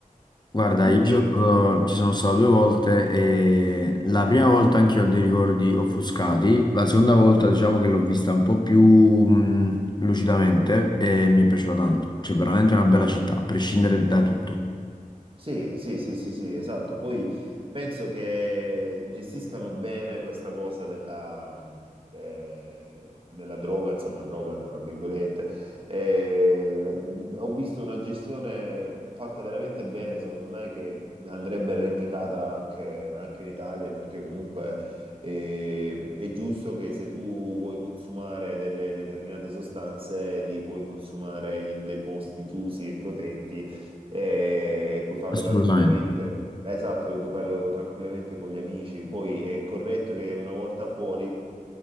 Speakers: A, on the left (about 30°); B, on the right (about 40°).
A: Guarda,
B: tutti
A: io ci sono, ci sono stato due volte e la prima volta anche io ho dei ricordi offuscati, la seconda volta diciamo che l'ho vista un po' più mh, lucidamente e mi è piaciuta tanto. C'è veramente una bella città, a prescindere da tutto.
B: Sì, sì, sì, sì, sì, esatto. Poi penso che gestiscano bene questa cosa della, mh, eh, della droga, insomma, droga, tra virgolette. Eh, la- mh, ho visto una gestione fatta veramente bene, secondo me, che andrebbe replicata anche, anche in Italia, perché comunque eh, è giusto che se tu vuoi consumare delle determinate sostanze, li puoi consumare in dei posti chiusi e protetti e puoi farlo
A: Assolutamente.
B: tranquillamente. Esatto, lo puoi farlo tranquillamente con gli amici. Poi è corretto che una volta fuori,